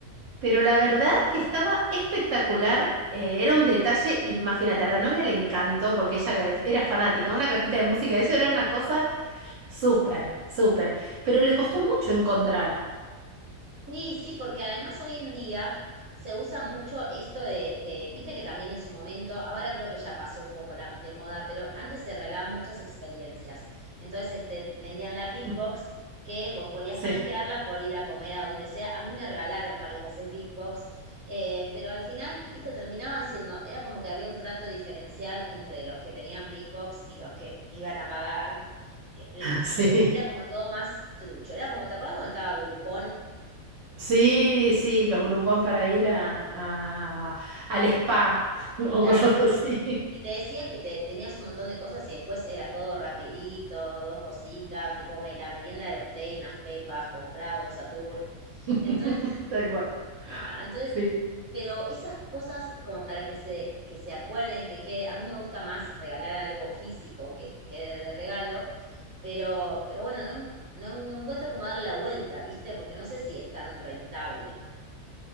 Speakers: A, on the right; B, on the right.
A: pero la verdad que estaba espectacular, eh, era un detalle, imagínate, a la novia le encantó porque ella era fanática, una cajita de música, eso era una cosa súper, súper, pero le costó mucho encontrar.
B: Sí, sí, porque además hoy en día se usa mucho esto de, de- viste que también en su momento, ahora creo que ya pasó un poco la, de moda, pero antes se regalaban muchas experiencias. Entonces este, te vendían la Big
A: <laughs>
B: Box que vos podías
A: Sí,
B: canjearla por ir a comer a donde sea. A mí me regalaron varias veces Big Box, eh, pero al final, viste, terminaban siendo, era como que había un trato diferencial entre los que tenían Big Box y los que iban a pagar. Eh, Entonces
A: sí.
B: era como todo más trucho. Era como, ¿te acuerdas cuando estaba Groupon?
A: Sí, sí, los grupón para ir a, a- al spa <laughs> o
B: Claro.
A: cosas así.
B: Y te decían que te, tenías un montón de cosas y después era todo rapidito, dos cositas, tipo me, la merienda era un té y unas pepas compradas, de un Satur.
A: <laughs>
B: Entonces, <laughs>
A: Tal cual,
B: nada, entonces,
A: sí.
B: eh, pero esas cosas como para que se, que se acuerden, que quede, a mí me gusta más regalar algo físico que quede de regalo, pero, pero bueno, no, en- no, no encuentro cómo darle la vuelta, ¿viste? Porque no sé si es tan rentable.